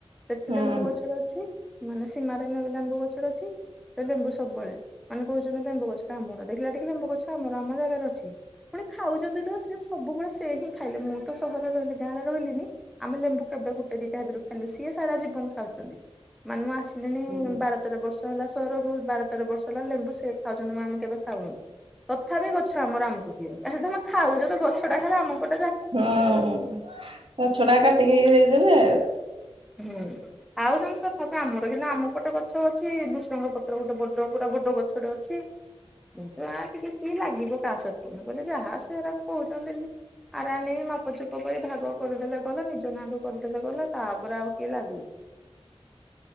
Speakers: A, in the centre; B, on the right.
A: ସେଠି
B: ହଁ
A: ଲେମ୍ବୁ ଗଛ ଟେ ଅଛି। ମାନେ ସୀମାରେ ଲେମ୍ବୁ ଗଛଟେ ଅଛି। ସେ ଲେମ୍ବୁ ସବୁବେଳେ। ମାନେ କହୁଚ଼ନ୍ତି ଲେମ୍ବୁ ଗଛଟା ଆମର। ଦେଖିଲା ଟିକି ଲେମ୍ବୁ ଗଛ ଆମର। ଆମ ଜାଗାରେ ଅଛି। ପୁଣି ଖାଉଚ଼ନ୍ତି ତ ସିଏ ସବୁବେଳେ ସେ ହିଁ ଖାଇଲେ। ମୁଁ ତ ସହରରେ ରହିଲି ଗାଁରେ ରହିଲିିନି ଆମେ ଲେମ୍ବୁ କେବେ ଗୋଟେ ଦିଟା ହେଥୁରୁ ଖାଇଲୁ। ସିଏ ସାରା ଜୀବନ ଖାଉଚ଼ନ୍ତି। ମାନେ ମୁଁ ଆସିଲିଣି
B: ଓହୋ।
A: ବାର, ତେର ବର୍ଷ ହେଲା ତେର ଯୋଉ ବାର ତେର ବର୍ଷ ହେଲା ଲେମ୍ବୁ ସେ ଖାଉଚ଼ନ୍ତି ଆମେ କେବେ ଖାଉନୁ। ତଥାପି ଗଛ ଆମର ଆମକୁ ଦିଅ। ଆରେ ତମେ ଖାଉଚ ତ ଗଛଟା ଖାଲି ଆମ ପଟ
B: ହୁଁ ଗଛ ଟା କାଟିକିି ଦେଇଦେବେ
A: <unintelligible> ଆମର କିନ୍ତୁ ଆମୁକୁ ଗୋଟେ ଗଛ ଅଛି ଭୃଷଙ୍ଗ ପତ୍ର ଗୋଟେ ବଡ ପୁରା ବଡ଼ ଗଛଟେ ଅଛି। କିନ୍ତୁ ଆ ଟିକେ କିଏ ଲାଗିବ କାହା ସହିତ ମୁଁ କହିଲି ଯାହା ସେରା କହୁଚ଼ନ୍ତି ଆରା ନେଇ ମାପଚୁପ କରି ଭାଗ କରିଦେଲେ ଗଲା ନିଜ ନାଁ କୁ କରିଦେଲେ ଗଲା ତା ପରେ ଆଉ କିଏ ଲାଗୁଚ଼ି।